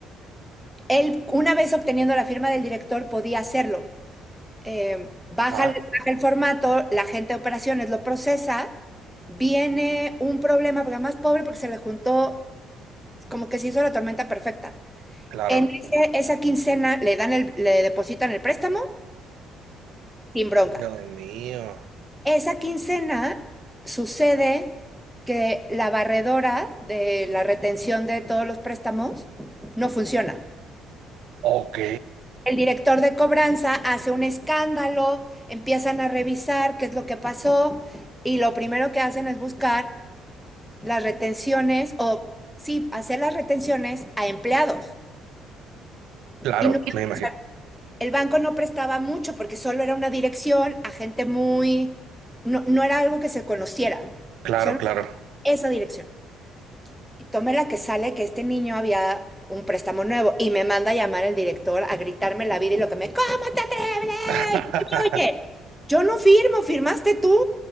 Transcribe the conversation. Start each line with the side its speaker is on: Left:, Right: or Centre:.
Centre: Él, una vez obteniendo la firma del director, podía hacerlo. Eh, baja,
Right: ajá.
Centre: el- baja el formato, la gente de operaciones lo procesa, viene un problema, porque además pobre porque se le juntó, como que se hizo la tormenta perfecta.
Right: Claro.
Centre: En ese- esa quincena le dan el, le depositan el préstamo sin bronca.
Right: Dios mío.
Centre: Esa quincena sucede que la barredora de la retención de todos los préstamos no funciona.
Right: Ok.
Centre: El director de cobranza hace un escándalo, empiezan a revisar qué es lo que pasó y lo primero que hacen es buscar las retenciones o sí, hacer las retenciones a empleados.
Right: Claro,
Centre: Y no, o
Right: me imagino.
Centre: sea, el banco no prestaba mucho porque solo era una dirección a gente muy, no, no era algo que se conociera,
Right: Claro,
Centre: solo
Right: claro.
Centre: esa dirección. Y tome la que sale que este niño había un préstamo nuevo y me manda a llamar el director a gritarme la vida y lo que me, ¿cómo te atreves?
Right: <laughs>
Centre: Oye, yo no firmo, firmaste tú.